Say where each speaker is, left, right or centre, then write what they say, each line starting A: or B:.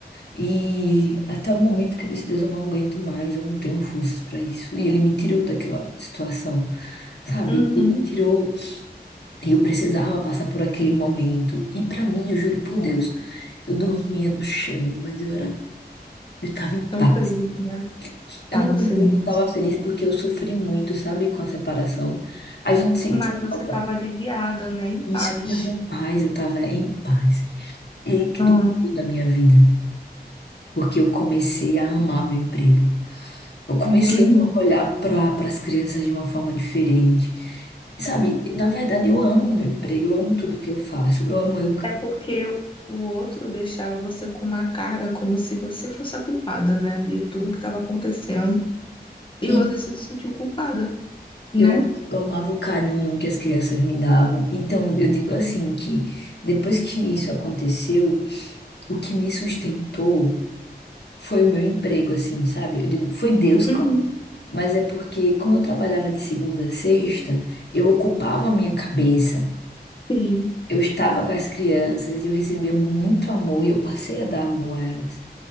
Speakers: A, on the left; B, on the left.
A: E até o momento que eu disse, Deus, eu não aguento mais, eu não tenho forças para isso. E ele me tirou daquela situação, sabe?
B: Uhum.
A: Ele me tirou, e eu precisava passar por aquele momento. E para mim, eu juro por Deus, eu dormia no chão, mas eu era, eu estava em paz.
B: Tão feliz, né?
A: Eu
B: Tava
A: não vou
B: feliz.
A: dizer que eu estava feliz porque eu sofri muito, sabe, com a separação. A gente sente
B: Mas você
A: falta.
B: tava aliviada, né, em paz.
A: Isso, eu tava em paz, eu tava em paz. Líquido
B: Ó,
A: da minha vida. Porque eu comecei a amar meu emprego. Eu comecei
B: uhum.
A: a olhar para as crianças de uma forma diferente. Sabe, na verdade eu amo meu emprego, eu amo tudo que eu faço. Eu amo eu,
B: É porque o outro deixava você com uma carga como se você fosse a culpada, né, de tudo que estava acontecendo. E
A: e
B: você se sentiu culpada, né?
A: eu, eu amava o carinho que as crianças me davam. Então eu digo assim que depois que isso aconteceu, o que me sustentou foi o meu emprego, assim, sabe? Eu digo, foi Deus, claro.
B: Uhum.
A: Mas é porque, como eu trabalhava de segunda a sexta, eu ocupava a minha cabeça.
B: Sim,
A: Eu estava com as crianças, eu recebia muito amor e eu passei a dar amor a elas.